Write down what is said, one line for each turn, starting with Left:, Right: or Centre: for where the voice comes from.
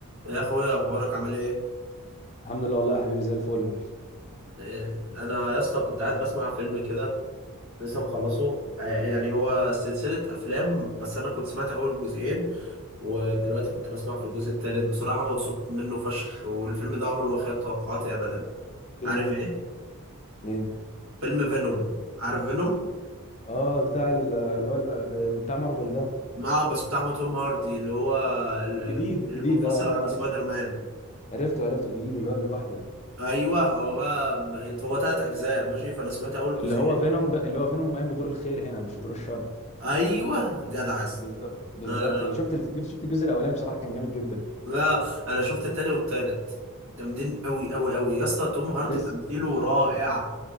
Right: يا اخويا اخبارك عامل ايه
Left: الحمد لله والله يا حبيبي زي الفل
Right: إيه، انا يا اسطى كنت قاعد بسمع فيلم كده لسه مخلصه آه، يعني هو سلسلة افلام بس انا كنت سمعت اول جزئين ودلوقتي كنت بسمع في الجزء الثالث بصراحة مبسوط منه فشخ والفيلم ده عمره ما خيب توقعاتي ابدا
Left: فيلم
Right: عارف
Left: ايه
Right: ايه
Left: ايه
Right: فيلم فينوم عارف فينوم
Left: اه بتاع ال- اللي هو ال- بتاع مارفل ده
Right: اه بس بتاع توم هاردي اللي هو ال-
Left: الجديد الجديد
Right: اللي منفصل
Left: اه آه،
Right: عن
Left: عرفت
Right: سبايدر مان
Left: عرفته عرفته الجديد اللي هو اللي لوحده
Right: ايوه هو بقى هو ثلاث اجزاء ماشي فانا سمعت اول
Left: اللي
Right: جزئين
Left: هو فينوم ب... اللي هو فينوم قايم بدور الخير هنا مش بدور الشر
Right: ايوه جدع يا اسطى
Left: بالظبط بالظبط
Right: آه،
Left: شفت الف... شفت الجزء الاولاني بصراحه كان جامد جدا
Right: لا انا شفت التاني والتالت جامدين قوي قوي قوي يا اسطى توم هاردي
Left: انا لسه
Right: تمثيله رائع